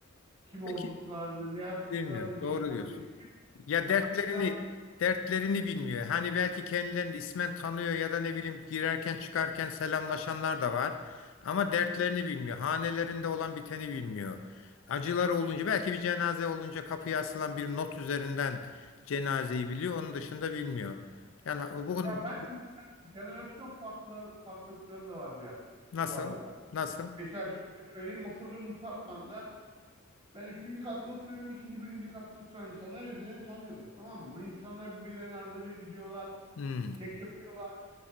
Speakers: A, on the right; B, on the left.
A: Kim olduklarını,
B: Peki
A: ne yaptıklarını
B: Bilmiyor. Doğru
A: bilmem
B: diyorsun.
A: ne. Kim,
B: Ya
A: ben
B: dertlerini
A: mesela
B: dertlerini bilmiyor. Hani belki kendilerini ismen tanıyor ya da ne bileyim girerken çıkarken selamlaşanlar da var. Ama dertlerini bilmiyor. Hanelerinde olan biteni bilmiyor. Acıları olunca belki bir cenaze olunca kapıya asılan bir not üzerinden cenazeyi biliyor. Onun dışında bilmiyor. Yani bugün
A: ya ben jenerasyon farklar, farklılıkları da var biraz
B: nasıl?
A: bu arada.
B: Nasıl?
A: Mesela şöyle söyleyeyim oturduğum apartmanda Ben üçüncü katta oturuyorum. ikinci, birinci katta oturan insanlar birbirlerini tanıyorlar. Tamam mı? Bu insanlar birbirlerine arada bir gidiyorlar.
B: Hmm,
A: Kek yapıyorlar.